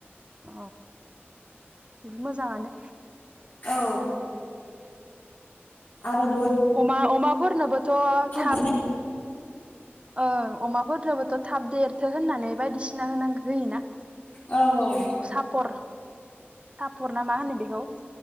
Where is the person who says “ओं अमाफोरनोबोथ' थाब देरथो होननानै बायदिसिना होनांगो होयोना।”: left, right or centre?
Right